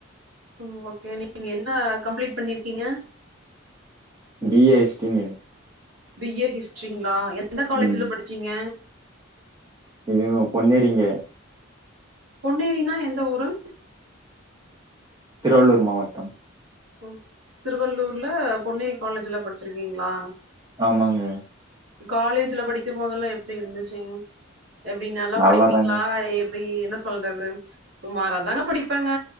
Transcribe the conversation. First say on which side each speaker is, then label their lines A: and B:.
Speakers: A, on the right; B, on the right.
A: ம் ஓகே நீங்க என்ன கம்ப்ளீட் பண்ணிருக்கீங்க
B: பி ஏ ஹிஸ்டரிங்க
A: பி ஏ ஹிஸ்டரிங்களா எந்த காலேஜ்ல
B: ம்
A: படிச்சீங்க
B: இதுவு பொன்னேரிங்க
A: பொன்னேரின்னா எந்த ஊருங்
B: திருவள்ளூர் மாவட்டம்
A: ஓ திருவள்ளூர்ல பொன்னேரி காலேஜ்ல படிச்சிருக்கீங்களா
B: ஆமாங்க
A: காலேஜ்ல படிக்கும் போது தெல்லா எப்படி இருந்துச்சுங் எப்டி நல்லா
B: நல்லாதாங்க
A: படிப்பீங்களா எப்டி என்ன சொல்றது சுமாராதாங்க படிப்பங்க